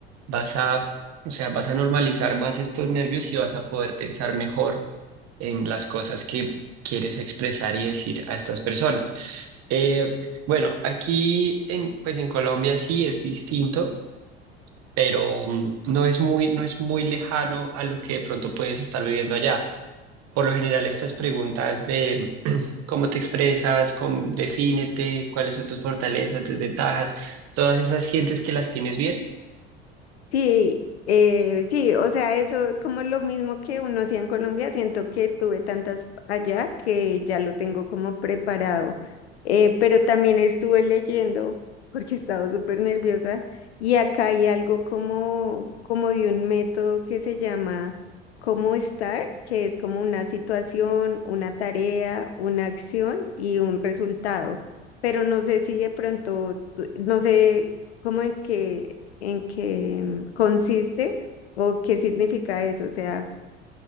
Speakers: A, on the right (about 50°); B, on the left (about 75°).
A: vas a, o sea, vas a normalizar más estos nervios y vas a poder pensar mejor en las cosas que quieres expresar y decir a estas personas. Eh, bueno, aquí en, pues en Colombia sí es distinto, pero mm, no es muy, no es muy lejano a lo que de pronto puedes estar viviendo allá. Por lo general, estas preguntas de mm, cómo te expresas, cómo, defínete, cuáles son tus fortalezas, desventajas, todas esas sientes que las tienes bien.
B: Sí, eh, sí, o sea, eso como lo mismo que uno hacía en Colombia, siento que tuve tantas allá que ya lo tengo como preparado. Eh, pero también estuve leyendo, porque estaba súper nerviosa, y acá hay algo como, como de un método que se llama cómo estar, que es como una situación, una tarea, una acción y un resultado. Pero no sé si de pronto, tú- no sé cómo en qué en qué mm, consiste o qué significa eso, o sea,